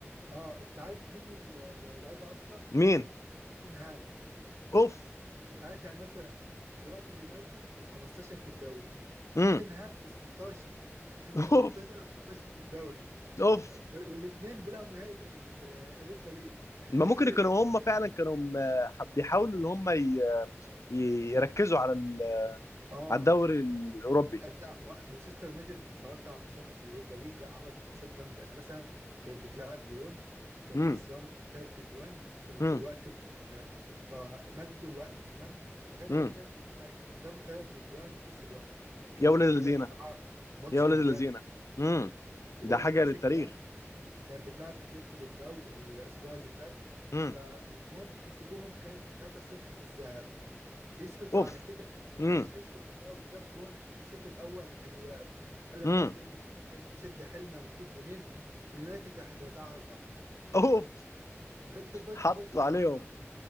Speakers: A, on the right (about 80°); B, on the left (about 75°).
A: اه انت عارف مين ال- اللي هيلعبها اصلا
B: مين
A: توتنهام
B: اوف
A: انت عارف يعني مثلا دلوقتي اليونايتد ال 15 في الدوري
B: امم
A: توتنهام ال 16 <laughs> يعني
B: اوف
A: 15 و 16 في الدوري
B: اوف
A: والاثنين بيلعبوا نهائي ال- الاوروبا ليج <laughs>
B: ما ممكن
A: شايف
B: يكونوا هم فعلا كانوا م- ح- بيحاولوا ان هم ي- ي- يركزوا على ال-
A: اه
B: على الدوري الاوروبي
A: أنت ما- مانشستر يونايتد اتفرجت على ماتشاتها في الأوروبا ليج لا عملت ماتشات جامدة يعني مثلا كانت بتلاعب ليون كانت
B: امم
A: خسرانة ثلاث أجوان آه، في
B: امم
A: الوقت ال- آه، فمدوا الوقت تمام فكانت
B: امم
A: عايزة ثلاث أجوان جابوا ثلاث أجوان وكسبوا يعني كان
B: يا ولاد
A: حاجة
B: الذين
A: بصراحة ماتش
B: يا ولاد
A: كان
B: الذين
A: جامد
B: امم
A: وبرضه
B: ده حاجه
A: نفس
B: للتاريخ
A: الكلام كانت بتلعب أتلتيكو بالباو الأسبوع اللي فات
B: امم
A: فالمهم كسبوهم كام 3-0 في الذهاب يسكتوا
B: اوف
A: على كده
B: امم
A: اتلتيكو بيلباو جاب جون في الشوط الاول في الاياب قال لك
B: امم
A: بقى اتلتيكو بيلباو أي نشد حيلنا ونجيب جونين اليونايتد راح يترزعها اربعه
B: اوف
A: <laughs>
B: حط
A: بس خسر
B: عليهم
A: 4-1